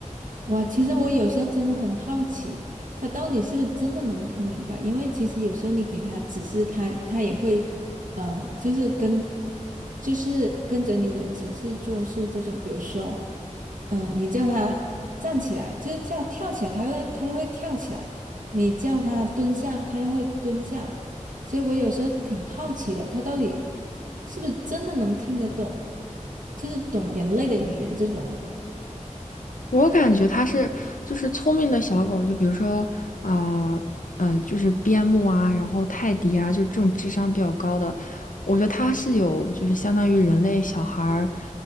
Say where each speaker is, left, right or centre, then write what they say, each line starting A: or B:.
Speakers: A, on the right; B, on the left.
A: 哇，其实我有时候真的很好奇，他到底是不是真的能听明白？因为其实有时候你给他指示他，他也会，呃，就是跟，就是跟着你的指示做事这种。比如说，嗯、你叫他站起来，就是叫跳起来，他会他又会跳起来；你叫他蹲下，他又会蹲下。所以我有时候挺好奇的，他到底是不是真的能听得懂，就是懂人类的语言这种。
B: 我感觉它是就是聪明的小狗，就比如说啊，嗯，呃就是边牧啊，然后泰迪啊，就这种智商比较高的，我觉得它是有就是相当于人类小孩儿